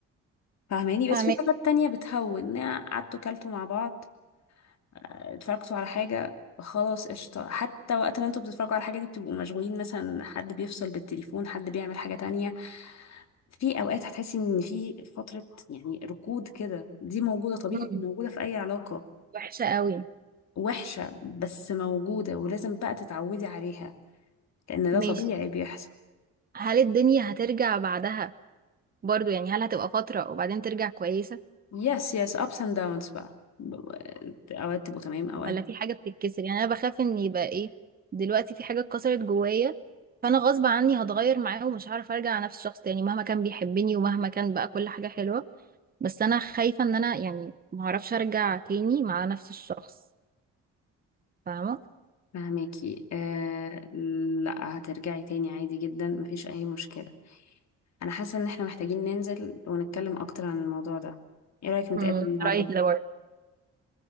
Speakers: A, on the left; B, on the right.
A: فاهماني بس
B: فاهمك
A: في حاجات تانية بتهون قعدتوا كلتوا مع بعض اتفرجتوا على حاجة خلاص قشطة حتى وقت ما انتوا بتتفرجوا على الحاجة دي بتبقوا مشغولين مثلا حد بيفصل بالتليفون حد بيعمل حاجة تانية في أوقات هتحسي إن في فترة يعني ركود كده دي موجودة طبيعي
B: مم.
A: موجودة في أي علاقة
B: وحشه قوي
A: وحشة بس موجودة ولازم بقى تتعودي عليها لأن ده
B: ماشي
A: طبيعي بيحصل
B: هل الدنيا هترجع بعدها برضو يعني هل هتبقى فترة وبعدين ترجع كويسة
A: يس يس ups and downs بقى ب- أوقات تبقوا تمام أوقات
B: ولا في حاجة بتتكسر يعني أنا بخاف إن يبقى إيه دلوقتي في حاجة اتكسرت جوايا فأنا غصب عني هتغير معاه ومش هعرف أرجع على نفس الشخص تاني مهما كان بيحبني ومهما
A: لا
B: كان بقى كل حاجة حلوة بس أنا خايفة إن أنا يعني معرفش أرجع تاني مع نفس الشخص فاهمة؟
A: فهماكي آه لا هترجعي تاني عادي جدا مفيش اي مشكلة انا حاسة ان احنا محتاجين ننزل ونتكلم اكتر عن الموضوع ده ايه رأيك نتقابل
B: امم
A: النهاردة
B: رأيك ده برضه